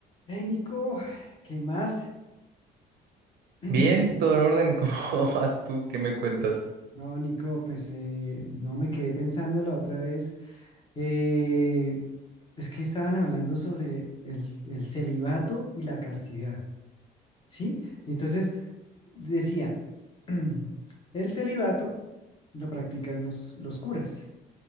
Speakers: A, on the left; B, on the right.
A: Hey, Nico, ¿qué más? <clears throat>
B: Bien,
A: Ni-
B: todo en orden, <laughs> ¿cómo vas tú? ¿Qué me cuentas?
A: ni- No, Nico, pues eh, no me quedé pensando la otra vez. eh, es que estaban hablando sobre el, c- el celibato y la castidad, ¿sí? Y entonces decían, <clears throat> el celibato lo practican los, los curas,